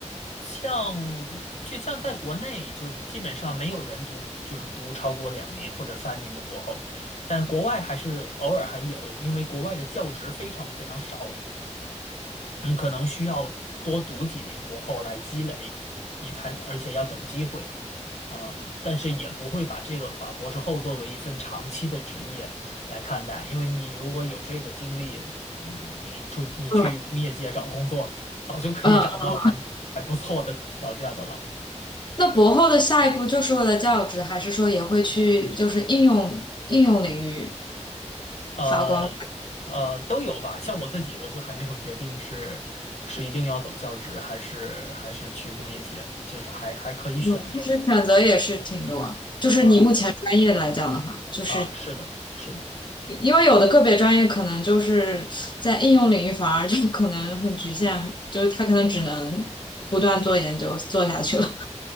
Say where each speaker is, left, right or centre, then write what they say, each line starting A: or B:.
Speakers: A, on the left; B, on the left.
A: 像就像在国内，就是基本上没有人读，就是读超过两年或者三年的博后，但国外还是偶尔还有，因为国外的教职非常非常少，你可能需要多读几年博后来积累，你才，而且要等机会，呃，但是也不会把这个把博士后作为一份长期的职业来看待，因为你如果有这个经历，嗯，你出你去工业界找工作，
B: 嗯，
A: 早就可以找到还还不错的条件的了，
B: 嗯那博后的下一步就是为了教职，还是说也会去就是应用应用领域
A: 呃。
B: 发光？
A: 呃，都有吧。像我自己，我就还没有决定是是一定要走教职，还是还是去工业界，就是还还可以选吧。
B: 嗯，其实选择也是挺多。就是你目前专业来讲的话，
A: 啊。
B: 就是
A: 啊，是的，是的，
B: 因为有的个别专业可能就是在应用领域反而就可能很局限，就是他可能只能不断做研究做下去了。